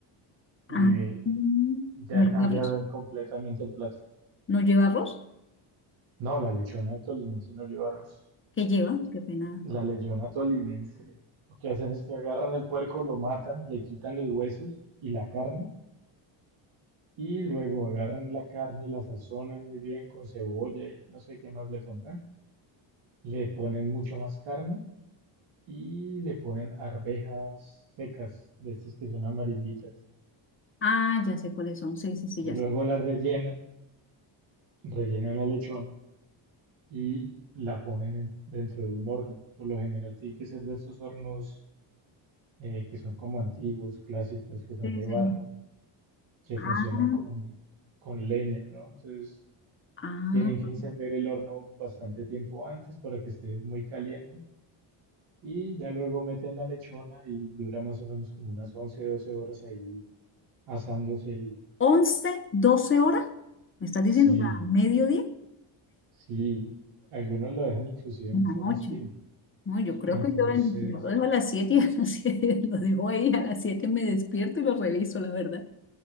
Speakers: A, on the left; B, on the right.
A: Ah,
B: y, eh,
A: mm,
B: ya
A: ¿no lleva
B: cambia
A: arroz?
B: completamente el plato.
A: ¿No lleva arroz?
B: No, la lechona de Tolima sí no lleva arroz.
A: ¿Qué lleva? Qué pena.
B: La leyona tolimense, lo que hacen es que agarran el puerco, lo matan, le quitan los huesos y la carne, y luego agarran la carne, la sazonan muy bien con cebolla y no sé qué más le pondrán. Le ponen mucho más carne y le ponen arvejas secas, de estas que son amarillitas.
A: Ah, ya sé cuáles son. Sí, sí, sí,
B: Luego
A: ya sé.
B: la rellenan, rellenan la lechona y la ponen en- dentro de un horno. Por lo general tiene que ser de estos hornos eh, que son como antiguos, clásicos, que son
A: Sí,
B: de
A: sí.
B: barro, que
A: Ah,
B: funcionan con, con leña, ¿no? Entonces
A: ah.
B: tienen que encender el horno bastante tiempo antes para que esté muy caliente y ya luego meten la lechona y dura más o menos como unas 11, 12 horas ahí asándose y
A: once doce horas. ¿Me estás
B: sí,
A: diciendo que a mediodía?
B: sí, algunos lo dejan inclusive
A: En
B: mucho
A: la noche.
B: más tiempo.
A: No, yo creo
B: Entonces,
A: que yo, en- yo lo dejo a las 7 y a las 7 <laughs> lo dejo ahí. A las 7 me despierto y lo reviso, la verdad.